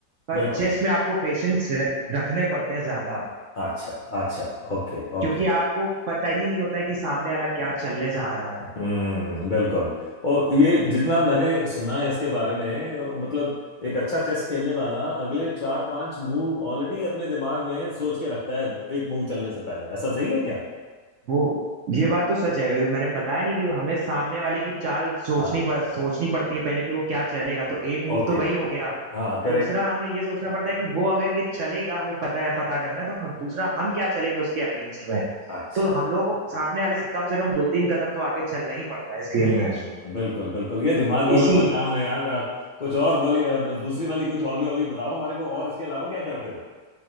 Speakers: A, on the right; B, on the left.
A: पर
B: बिल्कुल
A: चेस में आपको पेशेंस रखने पड़ते हैं ज्यादा
B: अच्छा अच्छा Okay okay
A: क्योंकि आपको पता ही नहीं होता है कि सामने वाला क्या चलने जा रहा है
B: हम्म बिल्कुल और ये जितना मैंने सुना है इसके बारे में मतलब एक अच्छा चेस खेलने वाला अगले चार पांच मूव ऑलरेडी अपने दिमाग में सोच के रखता है वो, एक मूव चलने से पहले ऐसा सही है क्या
A: वो ये बात तो सच है मैंने बताया नहीं कि हमें सामने वाले की चाल सोचनी
B: हाँ
A: पड़ सोचनी पड़ती है पहले कि वो क्या चलेगा तो एक मूव
B: ओके
A: तो वही हो गया
B: हाँ करेक्ट
A: दूसरा हमें ये सोचना पड़ता है कि वो अगर ये चलेगा हमें पता है पता करना है तो हम- दूसरा हम क्या चलेंगे उसके अगेंस्ट में
B: अच्छा
A: तो हम लोगों को सामने वाले से कम से कम दो तीन कदम तो आगे चलना ही पड़ता है इस
B: हम्म
A: गेम में
B: बिल्कुल बिल्कुल ये दिमाग वालों
A: इसी
B: का काम है यार आप कुछ और बोली दूसरी वाली कुछ हॉबी हॉबी बताओ हमारे को और इसके अलावा क्या करते हो